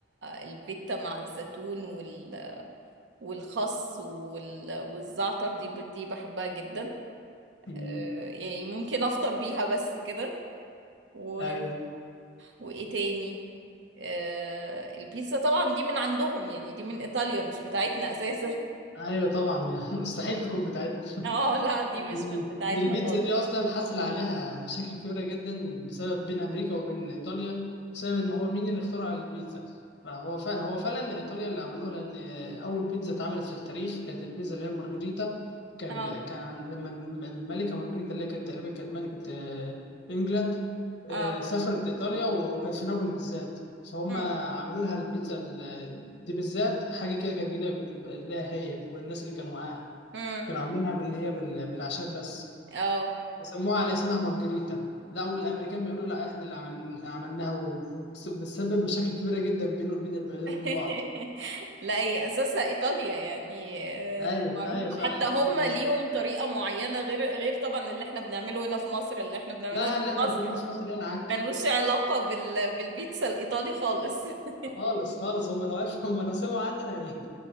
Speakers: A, on the right (about 80°); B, on the left (about 70°).
A: الفيتا مع الزيتون وال... والخس وال... والزعتر دي دي بحبها جدا
B: امم
A: آه، يعني ممكن افطر بيها بس كده و...
B: ايوه
A: وايه تاني آه، البيتزا طبعا دي من عندهم يعني دي من ايطاليا مش بتاعتنا اساسا <laughs>
B: ايوه طبعا <laughs> مستحيل تكون بتاعتنا
A: اه لا دي
B: دي
A: مش من بتاعتنا
B: دي البيتزا
A: خالص
B: دي اصلا حصل عليها مشاكل كبيره جدا بسبب بين امريكا وبين ايطاليا بسبب ان هو مين اللي اخترع البيتزا فهو فعلا هو فعلا ايطاليا اللي عملوها لان اول بيتزا اتعملت في التاريخ كانت البيتزا اللي هي مارجريتا كان
A: اه
B: ب- كان لما الم- الملكه مارجريتا اللي هي كانت تقريبا كانت ملكه آه، انجلاند آه،
A: اه
B: سافرت ايطاليا و- وكانت في نابولي بالذات فهم
A: امم
B: عملوا لها البيتزا ال- دي بالذات حاجه كده كانت جديده بالنسبة لها هي وللناس اللي كانوا معاها
A: امم
B: كانوا عاملينها باللي هي بال- بالاعشاب بس
A: اه
B: سموها على اسمها مارجريتا لا والامريكان بيقولوا لا احنا اللي عمل... عملناها وبس- وبتسبب مشاكل كبيره جدا بين بين البلدين
A: <laughs>
B: وبين بعض
A: لا هي اساسا ايطاليا يعني
B: ايوه
A: آه، دي معروفه
B: ايوه
A: حتى
B: فعلا
A: هم
B: وال-
A: ليهم طريقه معينه غير غير طبعا اللي احنا بنعمله هنا في مصر اللي احنا بنعمله
B: لا
A: هنا
B: اللي
A: في
B: احنا بنعمله
A: مصر
B: في مصر هنا عك
A: ملوش علاقه بال... بالبيتزا الايطالي خالص <laughs>
B: خالص خالص هم لو عرفوا هم لو سمعوا عننا هي-